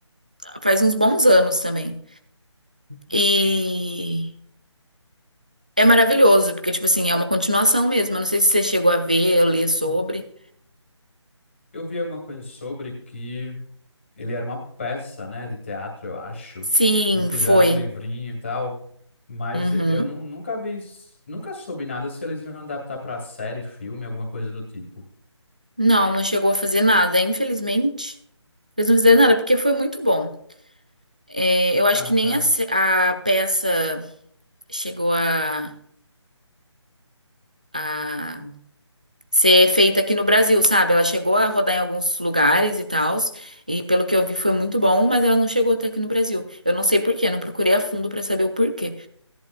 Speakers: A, on the right; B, on the left.
A: faz uns bons anos também. E é maravilhoso, porque, tipo assim, é uma continuação mesmo. Eu não sei se você chegou a ver ou ler sobre.
B: Eu vi alguma coisa sobre que ele era uma peça, né, de teatro, eu acho.
A: Sim,
B: E fizeram
A: foi.
B: um livrinho e tal, mas
A: Uhum.
B: eu nu- nunca vi, s- nunca soube nada se eles iam adaptar para série, filme, alguma coisa do tipo.
A: Não, não chegou a fazer nada, infelizmente. Eles não fizeram nada, porque foi muito bom. É, eu acho
B: Ah,
A: que
B: cara.
A: nem a, se- a peça chegou a, a ser feita aqui no Brasil, sabe? Ela chegou a rodar em alguns lugares e tal e pelo que eu vi foi muito bom, mas ela não chegou até aqui no Brasil. Eu não sei por quê, não procurei a fundo pra saber o porquê.